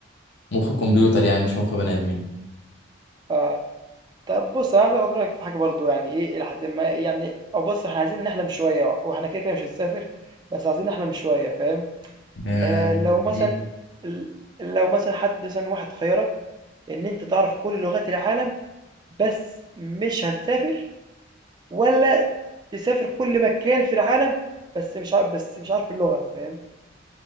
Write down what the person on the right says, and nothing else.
آه. طب بص انا عايز اخد رأيك في حاجة برضو يعني ايه الى حد ما إيه يعني او بص احنا عايزين نحلم شوية واحنا كده كده مش هنسافر بس عايزين نحلم شوية فاهم
آه لو مثلا
ال لو مثلًا حد مثلًا واحد خيّرك إن أنت تعرف كل لغات العالم بس مش هتسافر، والّا تسافر كل مكان في العالم بس مش ع بس مش عارف اللغة، فاهم؟